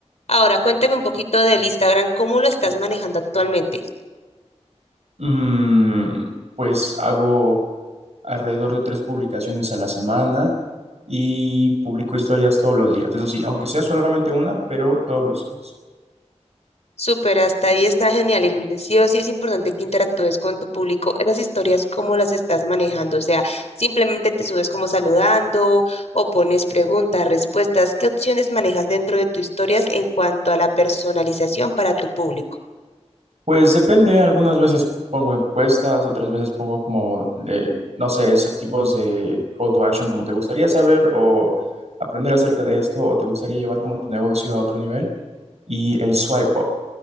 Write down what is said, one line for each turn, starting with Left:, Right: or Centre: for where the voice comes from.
Left: Ahora, cuéntame un poquito del Instagram, ¿cómo lo estás manejando actualmente?
Right: Mm, pues hago alrededor de tres publicaciones a la semana y publico historias todos los días. Eso sí, aunque sea solamente una, pero todos los días.
Left: Súper, hasta ahí está genial, Irving. Sí o sí es importante que interactúes con tu público. Esas historias, cómo las estás manejando. O sea, simplemente te subes como saludando o pones preguntas, respuestas. ¿Qué opciones manejas dentro de tus historias en cuanto a la personalización para tu público?
Right: Pues depende, algunas veces pongo encuestas, otras veces pongo como, de, no sé, esos tipos de call to action como te gustaría saber o aprender acerca de esto o te gustaría llevar como tu negocio a otro nivel. Y el swipe up,